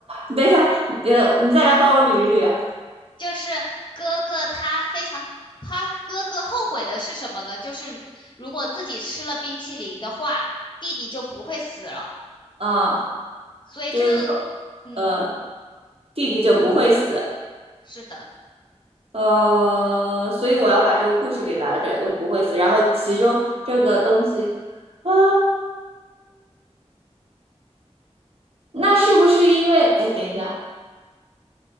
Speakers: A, on the right; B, on the left.
A: 你等一下，呃，你再来帮我捋一捋，
B: 就是哥哥他非常。他哥哥后悔的是什么呢？就是如果自己吃了冰淇淋的话，弟弟就不会死了。
A: 啊，
B: 所以这个，
A: 就是说呃，
B: 嗯，
A: 弟弟就不会死，
B: 是的。
A: 呃，所以我要把这个故事给完整，就不会死。然后其中这个东西，啊，那是不是因为？哎，等一下，